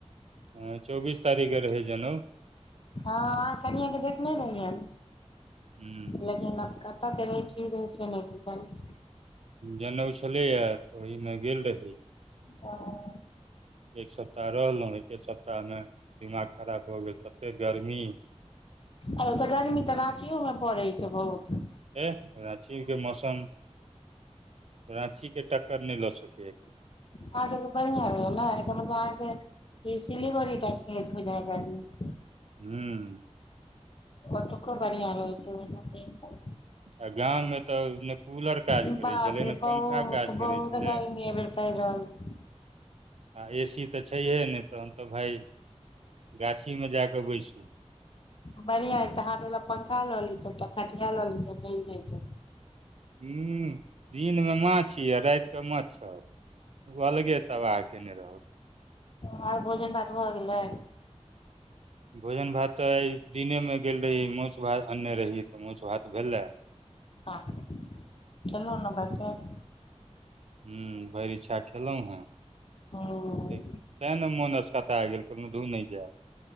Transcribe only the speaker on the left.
हँ अहां कनिया के देखने रहियेन
लेकिन आ क तऽ के रहै कि रहै से नहि बुझल अय।
अच्छा
आ ओ तऽ गर्मी तऽ राँचियो मे पड़ै छै बहुत
अहा सबके बढ़िया रहै य नहि, ऐकर मतलब अहांके सिलीगुड़ी टाइप के अछि बुझाय यैं गर्मी।
ओतूको बढ़ियां रहै बुझलऊ
की
बाप
रे
बहुत
-बहुत
गर्मी अय बेर पैड़ रहल छै। <inaudible>
बढ़ियां एकटा हाथ बला पंखा ल लितौ, एकटा पटिया लऽ लितौ चलि ज‌इतौ।
अओर भोजन भात भऽ गेलै।
आहां खेलौ न भैर पेट।
हूँ